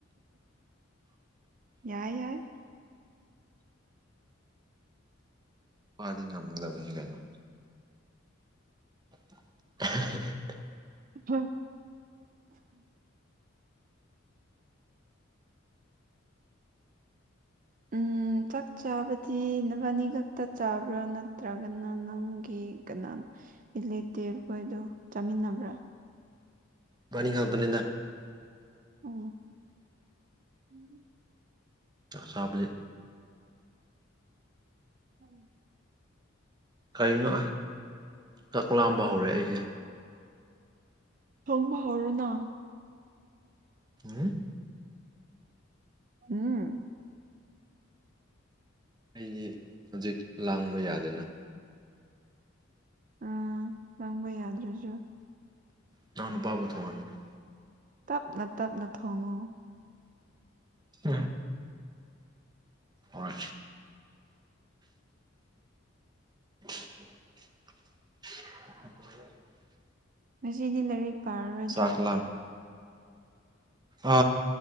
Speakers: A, on the right; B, on the right.
A: ꯌꯥꯏ ꯌꯥꯏ
B: ꯅꯨꯄꯥꯗꯤ ꯉꯝꯗꯕꯅꯤ ꯀꯩꯅꯣ <unintelligible>
A: <unintelligible>
B: <inaudible>
A: ꯎꯝ ꯆꯥꯛ ꯆꯥꯕꯗꯤ ꯅꯕꯥꯅꯤ ꯈꯛꯇ ꯆꯥꯕ꯭ꯔꯥ ꯅꯠꯇ꯭ꯔꯒꯅ ꯅꯪꯒꯤ ꯀꯅꯥ ꯏꯂꯦꯛꯇꯦꯞ ꯈꯣꯏꯗꯣ ꯆꯥꯃꯤꯟꯅꯕ꯭ꯔꯥ
B: ꯏꯕꯅꯤ ꯉꯝꯃꯛꯞꯅꯤꯅꯥ
A: ꯑꯣ ꯎꯝ
B: ꯆꯥꯛ ꯆꯥꯕꯁꯦ
A: ꯎ
B: ꯀꯔꯤꯅꯣ ꯆꯥꯛ ꯂꯥꯝꯕ ꯍꯧꯔꯛꯑꯦ ꯑꯩꯁꯦ
A: ꯊꯣꯡꯕ ꯍꯧꯔꯣꯅ
B: ꯎꯝ
A: ꯎꯝ
B: ꯑꯩꯗꯤ ꯍꯧꯖꯤꯛ ꯂꯥꯡꯕ ꯌꯥꯗꯦꯅ
A: ꯑꯥ ꯂꯪꯕ ꯌꯥꯗ꯭ꯔꯥꯖꯨ
B: ꯏꯅꯥꯎ ꯅꯨꯄꯥꯕꯨ ꯊꯣꯡꯍꯟꯒꯦ
A: ꯇꯞꯅ ꯇꯞꯅ ꯊꯣꯡꯉꯨ
B: ꯎꯝ ꯍꯣꯏ <inaudible>
A: ꯉꯁꯤꯗꯤ ꯂꯥꯏꯔꯤꯛ ꯄꯥꯔꯔꯣꯏꯗ꯭ꯔꯥ
B: ꯆꯥꯛ ꯂꯥꯝ ꯑ